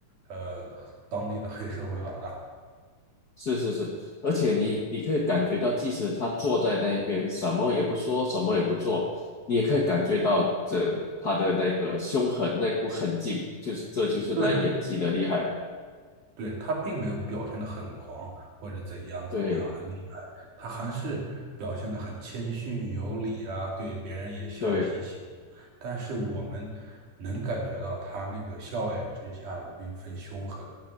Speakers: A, on the right; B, on the left.
A: 呃，当地的黑社会老大。
B: 是是是，而且你你可以感觉到，即使他坐在那边，什么也不说，什么也不做，你也可以感觉到这他的那个凶狠那股狠劲，就是这就是他演技的厉害。
A: 对，对，他并没有表现得很狂或者怎样怎样很厉害，
B: 对
A: 他还是表现得很谦逊有礼啊，对别人也笑嘻嘻的。
B: 对，
A: 但是我们能感觉到他那个笑脸之下的那份凶狠，